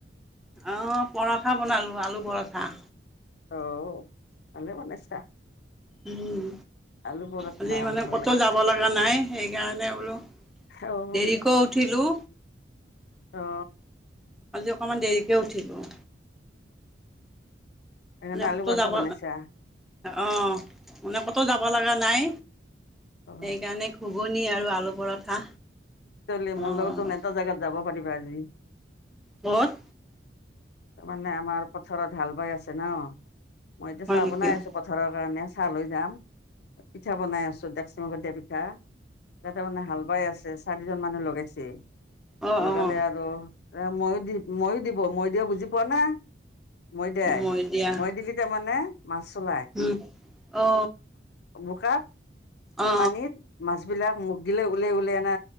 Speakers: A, in the centre; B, on the left (about 60°).
A: অঁ পৰঠা বনালো আলু পৰঠা।
B: অ ভালে বনাইছা।
A: উম,
B: আলু পৰঠা
A: আজি মানে
B: ভাল
A: কতো
B: লাগে
A: যাব
B: খাই।
A: লগা নাই। সেইকাৰণে বোলো
B: অ',
A: দেৰিকৈ উঠিলোঁ।
B: অ
A: আজি অকণমান দেৰিকৈ উঠিলো।
B: সেইকাৰণে
A: মানে
B: আলু
A: কতো
B: পৰঠা
A: যাব
B: বনাইছা?
A: অ মানে ক'তো যাব লগা নাই
B: অ'।
A: সেইকাৰণে ঘুগুনি আৰু আলু পৰঠা
B: লে
A: অ',
B: মোৰ লগত এটা জেগাত যাব পাৰিবা আজি
A: ক'ত?
B: তাৰমানে আমাৰ পথাৰত হাল বাই আছে ন মই এতিয়া
A: হয়
B: চাহ
A: নেকি
B: বনাই
A: অ',
B: আছো পথাৰৰ কাৰণে চাহ লৈ যাম পিঠা বনাই আছো ডেকচি মুখত দিয়া পিঠা। তাতে মানে হাল বাই আছে চাৰিজন মানুহ লগাইছে
A: অ', অ',
B: লগালে
A: অ',
B: আৰু এ মৈ দি মৈ দিব মৈ দিয়া বুজি পোৱা না? মৈ দিয়াই
A: মই দিয়া
B: মৈ দিলি তাৰমানে মাছ ওলায়
A: উম অ
B: বোকা
A: অ অ
B: পানীত মাছ বিলাক মুখ দিলে ওলাই ওলে এনে